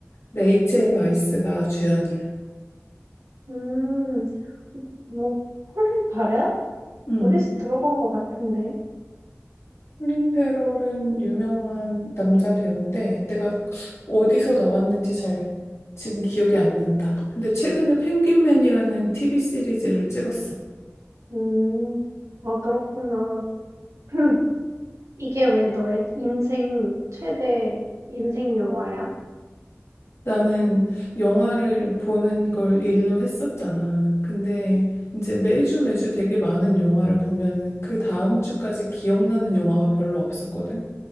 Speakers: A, on the left; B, on the right.
A: 레이첼 바이스가 주연이야.
B: 음, 뭐, 콜린 파레야?
A: 음,
B: 어디서 들어본 것 같은데.
A: 클린 페럴은 유명한 남자 배우인데 내가 어디서 나왔는지 잘 지금 기억이 안 난다. 근데 최근에 펭귄맨이라는 TV 시리즈를 찍었어.
B: 음, 아, 그렇구나. <clears throat> 이게 왜 너의 인생 최대 인생 영화야?
A: 나는 영화를 보는 걸 일로 했었잖아. 근데 이제 매주 매주 되게 많은 영화를 보면은 그 다음 주까지 기억나는 영화가 별로 없었거든.